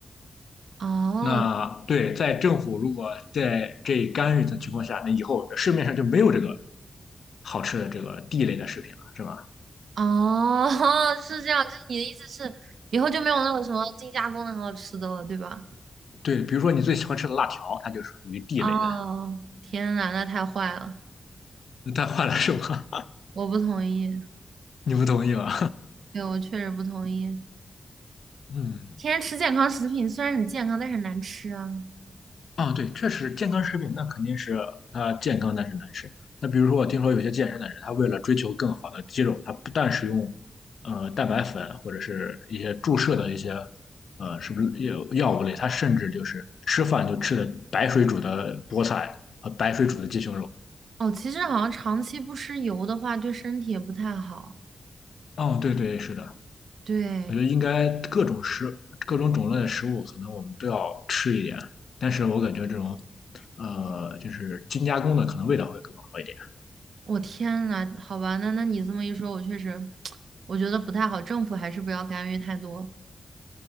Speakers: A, on the right; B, on the left.
A: 哦
B: 那对，在政府如果在这干预的情况下，那以后市面上就没有这个好吃的这个地类的食品了，是吧？
A: 哦，<laughs> 是这样，就是你的意思是以后就没有那种什么精加工的很好吃的了，对吧？
B: 对，比如说你最喜欢吃的辣条，它就是属于地类的，
A: 哦，天呐，那太坏了，
B: 它换了是吧？
A: 我不同意。
B: <laughs> 你不同意吧？
A: 对，我确实不同意。
B: <laughs> 嗯。
A: 天天吃健康食品虽然很健康，但是很难吃啊。
B: 啊，对，确实健康食品那肯定是它健康，但是难吃。那比如说，我听说有些健身的人，他为了追求更好的肌肉，他不但使用呃蛋白粉或者是一些注射的一些呃是不是药药物类，他甚至就是吃饭就吃的白水煮的菠菜和白水煮的鸡胸肉。
A: 哦，其实好像长期不吃油的话，对身体也不太好。
B: 哦，对对，是的，
A: 对，
B: 我觉得应该各种食各种种类的食物，可能我们都要吃一点，但是我感觉这种呃就是精加工的，可能味道会更好一点。
A: 我天呐，好吧，那那你这么一说，我确实，<tsk> 我觉得不太好。政府还是不要干预太多。